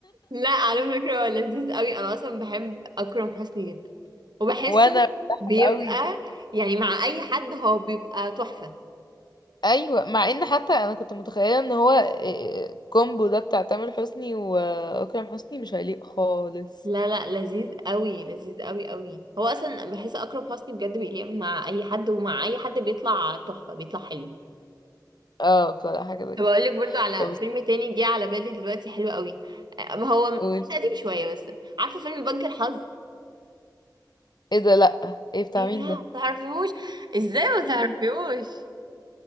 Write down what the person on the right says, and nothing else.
لا على فكرة هو لذيذ قوي انا اصلا بحب اكرم حسني جدا
وبحسه
بيبقى
يعني مع اي حد هو بيبقى تحفة
لا لا لذيذ قوي لذيذ قوي قوي هو اصلا بحس اكرم حسني بجد بيليق مع اي حد ومع اي حد بيطلع تحفة بيطلع حلو
طب
اقول لك برضو على
فيلم تاني جه على بالي دلوقتي حلو قوي أه، هو
مش قديم شوية بس عارفة فيلم بنك الحظ
ايه
ده
ما تعرفيهوش ازاي ما تعرفيهوش